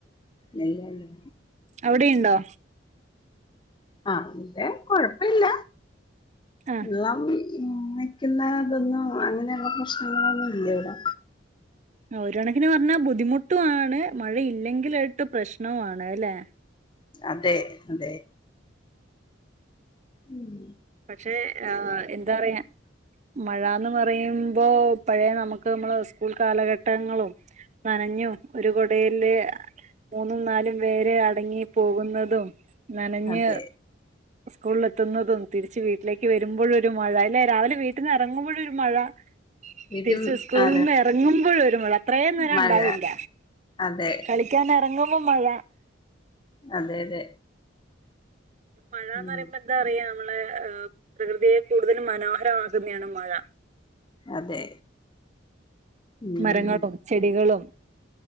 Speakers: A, on the left; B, on the right.
A: നെയ്യാല്ലോ
B: അവിടെണ്ടോ
A: ആഹ് ഇവിടെ കൊഴപ്പല്ല
B: ആഹ്
A: ള്ളം നിക്കുന്ന ഇതൊന്നും അങ്ങനെയുള്ള പ്രശ്നങ്ങളൊന്നും ഇല്ല ഇവിടെ.
B: ആഹ് ഒര്കണക്കിന് പറഞ്ഞാ ബുദ്ധിമുട്ടുണ് മഴയില്ലെങ്കിലായിട്ട് പ്രശ്നവുമാണ് അല്ലെ.
A: അതെ അതെ ഉം
B: പക്ഷെ ആഹ് എന്താ പറയാ മഴന്ന് പറയുമ്പോ പഴയ നമുക്ക് നമ്മള് സ്കൂൾ കാലഘട്ടങ്ങളും. നനഞ്ഞു ഒരു കുടയില് മൂന്നും നാലും പേര്. അടങ്ങി പോകുന്നതും നനഞ്ഞ്
A: അതെ
B: സ്കൂളിൽ എത്തുന്നതും. തിരിച്ച് വീട്ടിലേക്ക് വരുമ്പോഴ ഒരു മഴ അല്ലേ രാവിലെ വീട്ടിൽ നിന്ന് ഇറങ്ങുമ്പഴും ഒരു മഴ.
A: വീട്ടിൽ
B: തിരിച് സ്കൂളിന്ന്
A: അതെ
B: ഇറങ്ങുമ്പോഴ ഒരു മഴ അത്രേ നേരം
A: മഴ
B: ഉണ്ടാവില്ല
A: അതെ
B: കളി ക്ക്യാൻ ഇറങ്ങുമ്പം മഴ.
A: അതെ അതെ
B: മഴന്ന്
A: ഉം
B: പറയ്പോ എന്താ പറയ നമ്മളെ പ്രകൃതിയെ കൂടുതലും മനോഹരമാക്കുന്നയാണ് മഴ.
A: അതെ ഉം
B: മരങ്ങളും ചെടികളും